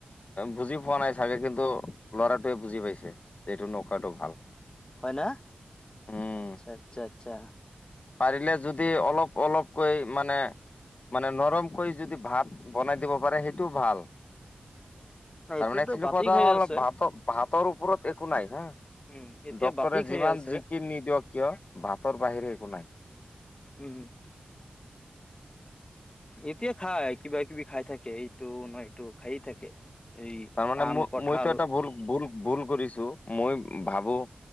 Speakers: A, on the left (about 45°); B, on the left (about 30°).
A: বুজি পোৱা নাই চাগে, কিন্তু ল'ৰাটোৱে বুজি পাইছে যে এইটো নোখোৱাটো ভাল।
B: হয় ন?
A: উম
B: আচ্ছা, আচ্ছা, আচ্ছা।
A: পাৰিলে যদি অলপ অলপকৈ মানে মানে নৰম কৈ যদি ভাত বনাই দিব পাৰে, সেইটোও ভাল। তাৰ
B: এতিয়াতো
A: মানে যিটো
B: বাতি
A: কথা
B: খাই
A: হ'ল
B: আছে
A: ভাতৰ, ভাতৰ ওপৰত একো নাই হা।
B: উম এতিয়া
A: ডক্তৰে
B: বাতি খাই
A: যিমান
B: আছে
A: জিকি নিদিয়ক কিয়, ভাতৰ বাহিৰে একো নাই।
B: উম। এতিয়া খায়, কিবা-কিবি খাই থাকে। এইটো নহয় এইটো খায়ে থাকে। এই
A: তাৰ মানে
B: আম
A: মই,
B: কঠাল
A: মইতো এটা ভুল ভুল কৰিছো, মই ভাবো